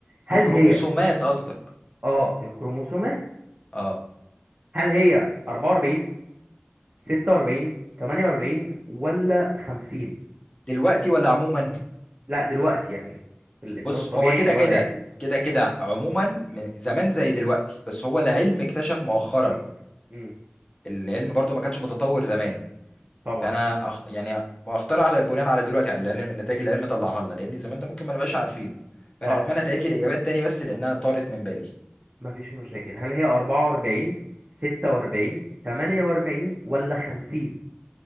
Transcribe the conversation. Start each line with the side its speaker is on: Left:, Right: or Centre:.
Right: هل
Left: الكروموسومات
Right: هي
Left: قصدك
Right: اه الكروموسومات
Left: اه
Right: هل هي 44 46 48 ولا 50
Left: دلوقتي ولا عموما
Right: لا دلوقتي يعني في الانسان
Left: بص
Right: الطبيعي
Left: هو كده
Right: اللي
Left: كده
Right: هو الايام دي
Left: كده كده عموما من زمان زي دلوقتي بس هو العلم اكتشف مؤخرا
Right: م... م... مم.
Left: العلم برضو ما كانش متطور زمان
Right: طبعا
Left: فانا أخ... يعني واختار على بناء على دلوقتي على العلم النتائج اللي العلم طلعها لنا لان زمان ده ممكن ما نبقاش عارفين فانا
Right: صح
Left: اتمنى تعيد لي الاجابات تاني بس لانها طارت من بالي
Right: مفيش مشاكل هل هي 44 46 48 ولا 50